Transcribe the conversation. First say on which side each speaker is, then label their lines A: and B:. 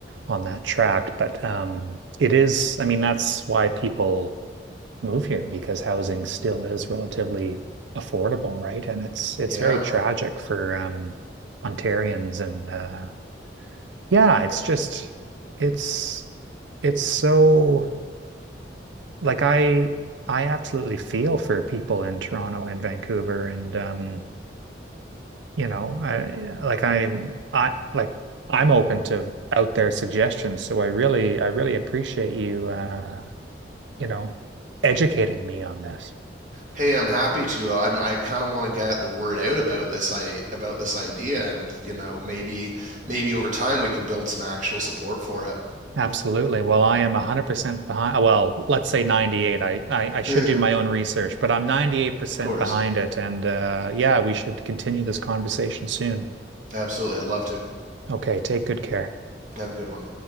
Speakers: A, on the right (about 80°); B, on the right (about 40°).
A: on that track. But um, it is, I mean, that's why people move here because housing still is relatively affordable, right? And it's it's
B: yeah.
A: very tragic for um, Ontarians and uh, yeah, it's just it's it's so like I I absolutely feel for people in Toronto and Vancouver and um you know, I like I'm I like I'm open to out there suggestions. So I really I really appreciate you uh, you know, educating me on this.
B: hey, I'm happy to. I'm, I kind of want to get the word out about this I about this idea, and you know maybe maybe over time we can build some actual support for it.
A: Absolutely. Well, I am 100% behind. Well, let's say 98. I, I I should
B: <laughs>
A: do my own research, but I'm 98%
B: of course,
A: behind it. And uh, yeah, we should continue this conversation soon.
B: absolutely, I'd love to.
A: Okay, take good care.
B: Have a good one.